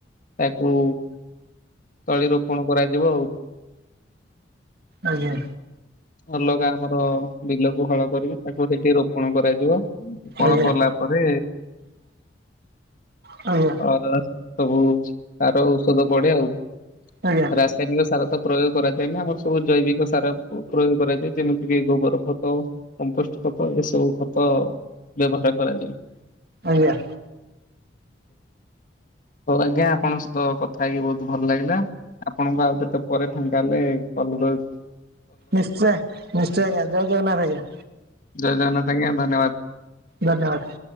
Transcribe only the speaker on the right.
ଆଜ୍ଞା।
ଆଜ୍ଞା
ଆଜ୍ଞା
ଆଜ୍ଞା
ଆଜ୍ଞା
ନିଶ୍ଚୟ ନିଶ୍ଚୟ ଆଜ୍ଞା ଜୟ ଜଗନ୍ନାଥ ଆଜ୍ଞା।
ଧନ୍ୟବାଦ